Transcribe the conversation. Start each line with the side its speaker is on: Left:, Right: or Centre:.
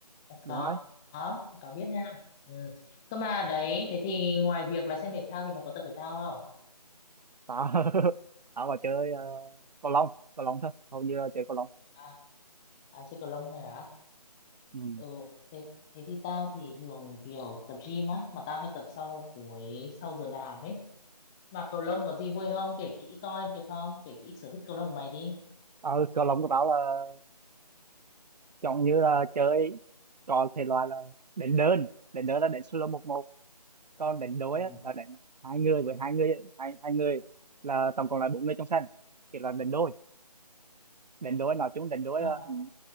Centre: có,
Right: đúng rồi.
Centre: có, có biết nha. Ừ. Cơ mà đấy, thế thì ngoài việc là xem thể thao thì mày có tập thể thao không?
Right: Tao <laughs> tao vào chơi ờ, cầu lông, cầu lông thôi, hầu như là chơi cầu lông.
Centre: À, à chơi cầu lông thôi hả?
Right: Ừ.
Centre: ừ thế thế thì tao thì thường kiểu tập gym á mà tao hay tập sau cuối sau giờ làm ấy mà cầu lông có gì vui không kể kỹ coi được không kể kỹ sở thích cầu lông của mày đi
Right: Ờ, cầu lông của tao là chọn như là chơi còn thể loại là đánh đơn đánh đơn là đánh solo một một còn đánh đối
Centre: ừ
Right: á, là đánh hai người với hai người hai hai người là tổng cộng là bốn người trong sân kiểu là đánh đôi đánh đôi nói chung đánh đôi
Centre: à,
Right: là ừ,